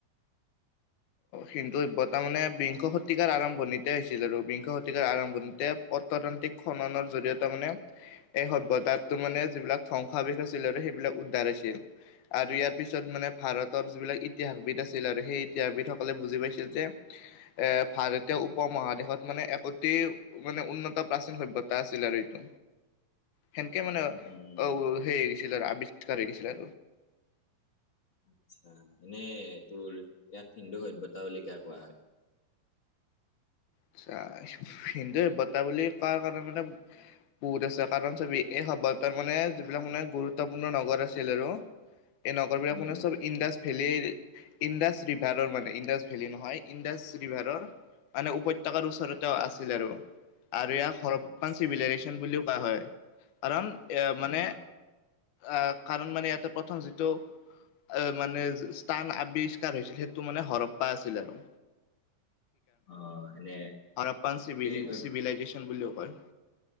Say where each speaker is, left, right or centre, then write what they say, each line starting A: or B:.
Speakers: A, on the left; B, on the left.
A: <inaudible>
B: হিন্দু সভ্যতা মানে বিংশ শতিকাৰ আৰম্ভণিতে হৈছিল আৰু বিংশ শতিকাৰ আৰম্ভণিতে পত্ৰতন্ত্- এই খননৰ জৰিয়তে মানে এই সভ্যতাটোৰ মানে যিবিলাক ধ্বংসাবেশ আছিলে আৰু সেইবিলাক তাৰ হৈছিল আৰু ইয়াৰ পিছত মানে ভাৰতৰ যিবিলাক ইতিহাসবিদ আছিল আৰু সেই ইতিহাস বিদসকলে বুজি পাইছিল। যে এ ভাৰতীয় উপমহাদেশত মানে এক অতি মানে উন্নত প্ৰাচীন সভ্যতা। তা আছিল আৰু এইটো।
A: <inaudible>
B: সেনেকে মানে
A: উম উম
B: আও সেই ছিল আৰু আৱিষ্কাৰ হৈ গৈছিলে আৰু।
A: আচ্ছা নে তোৰ ইয়াক হিন্দু সভ্যতা বুলি কিয় কোৱা হয়।
B: আচ্ছা, হিন্দু সভ্যতা বুলি কোৱা কাৰণে মানে বহুত আছে কাৰণ চাবি সভ্যতা মানে যিবিলাক মানে গুৰুত্বপূৰ্ণ নগৰ আছিল আৰু এই নগৰ বিলাক
A: উম
B: মানে চব ইন্দাজ ভেলী ইণ্ডাছ ৰিভাৰৰ মানে ইণ্ডাছ ভেলী নহয় ইণ্ডাছ ৰিভাৰৰ মানে উপত্যকাৰ ওচৰতে আছিল আৰু আৰু ইয়াক হৰপ্পা
A: আচ্ছা
B: চিভিলাইজেচন বুলিও বা হয় কাৰণ এ মানে
A: অ
B: আহ কাৰণ মানে ইয়াতে প্ৰথম যিটো আহ মানে স্থান আৱিষ্কাৰ হৈছিল, সেইটো মানে হৰপ্পা আছিল আৰু।
A: অ এনে
B: হাৰাপ্পান চিবিলি
A: এই সভ্য
B: চিভিলাইজেশ্যন বুলিও কয়।